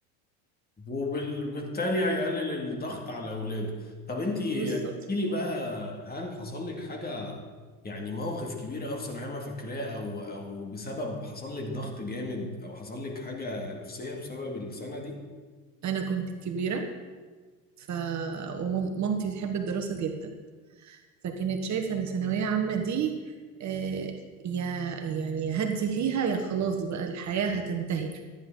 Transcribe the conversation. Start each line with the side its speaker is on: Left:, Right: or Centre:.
Left: وبالتالي هيقلل الضغط على اولاده طب انت احكي
Right: بالظبط
Left: لي بقى هل حصل لك حاجه يعني موقف كبير قوي في ثانوية عامة فاكراه او او بسبب حصل لك ضغط جامد او حصل لك حاجة نفسية بسبب السنة دي
Right: انا كنت كبيرة ف ومامتي بتحب الدراسة جدا فكانت شايفة ان ثانوية عامة دي آه، يا يعني يا هدي فيها يا خلاص بقى الحياة هتنتهي